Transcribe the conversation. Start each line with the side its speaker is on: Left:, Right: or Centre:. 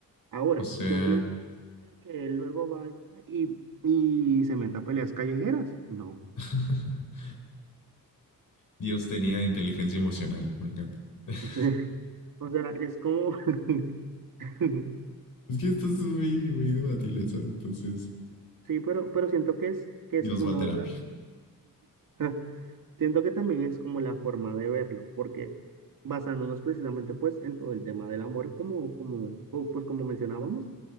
Right: Ahora,
Left: O sea...
Right: yo soy el de que él luego vaya y, y se meta a peleas callejeras. No.
Left: <laughs> Dios tenía inteligencia emocional, me encanta. <laughs>
Right: O sea, <laughs> o sea, es como... <laughs>
Left: es que esto es muy, muy debatible, ¿sabes? Entonces,
Right: Sí, pero, pero siento que es, que
Left: Dios
Right: es una
Left: va a terapia.
Right: de las- <laughs> Siento que también es como la forma de verlo, porque basándonos precisamente pues en todo el tema del amor, como, como, o, pues como mencionábamos,